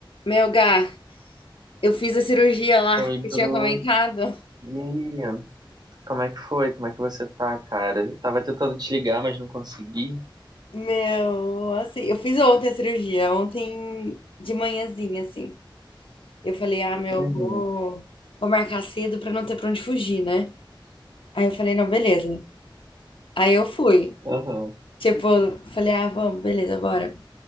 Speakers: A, on the left; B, on the right.
A: Meu, Gá, eu fiz a cirurgia lá
B: Oi, Bru.
A: que eu tinha comentado.
B: E aí? Como é que foi? Como é que você tá, cara? Eu tava tentando te ligar, mas não consegui.
A: Meu, assim, eu fiz ontem a cirurgia, ontem de manhãzinha, assim. Eu falei, ah, meu,
B: Uhum,
A: vou, vou marcar cedo pra não ter pra onde fugir, né? Aí eu falei, não, beleza. Aí eu fui.
B: uhum.
A: Tipo, falei, ah, vamos, beleza, bora.